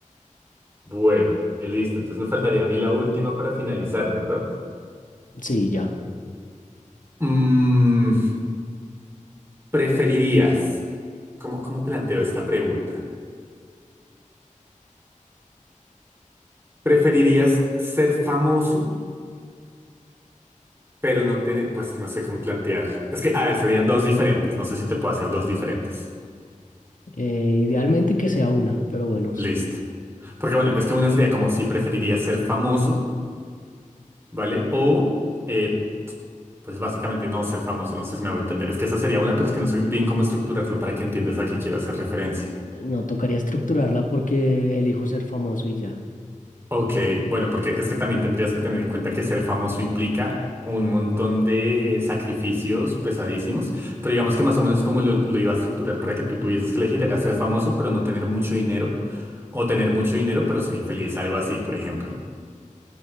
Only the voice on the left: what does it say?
sí, ya.
Eh, idealmente que sea una, pero bueno, sí.
No, tocaría estructurarla porque elijo ser famoso y ya.